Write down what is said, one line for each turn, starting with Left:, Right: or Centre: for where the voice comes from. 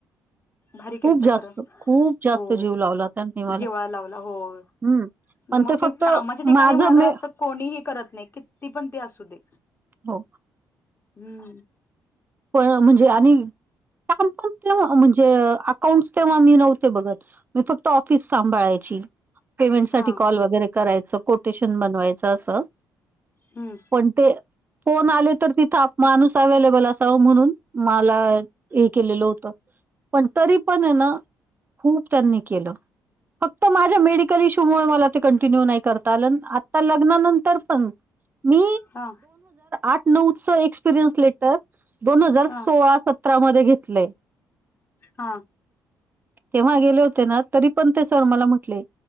Left: भारी केलतं
Right: खूप जास्त,
Left: खरं
Right: खूप जास्त
Left: हो
Right: जीव लावला त्यांनी मला.
Left: जिव्हाळा लावला होय.
Right: हं, पण
Left: मोस्टली
Right: ते फक्त
Left: कामाच्या ठिकाणी
Right: माझं
Left: मला तर
Right: मी
Left: असं कोणीही करत नाही की ती पण ते असू दे
Right: हो,
Left: हम्म्
Right: होय म्हणजे आणि काम पण तेव्हा म्हणजे अकाउंट्स तेव्हा मी नव्हते बघत मी फक्त ऑफिस सांभाळायची पेमेंट साठी
Left: हा
Right: कॉल वगैरे करायचं कोटेशन बनवायचं असं
Left: हम्म
Right: पण ते फोन आले तर तिथं माणूस अव्हेलेबल अस तं म्हणून मला हे केलेलं होतं पण तरी पण हे ना खूप त्यांनी केलं. फक्त माझ्या मेडिकल इशू मुळं मला ते कंटिन्यू नाही करता आलं आता लग्नानंतर पण मी
Left: हा
Right: आठ नऊच एक्सपिरियन्स लेटर दोन हजार
Left: हा
Right: सोळा सतरा मध्ये घेतलंय
Left: हा
Right: तेव्हा गेले होते ना तरी पण ते सर मला म्हटले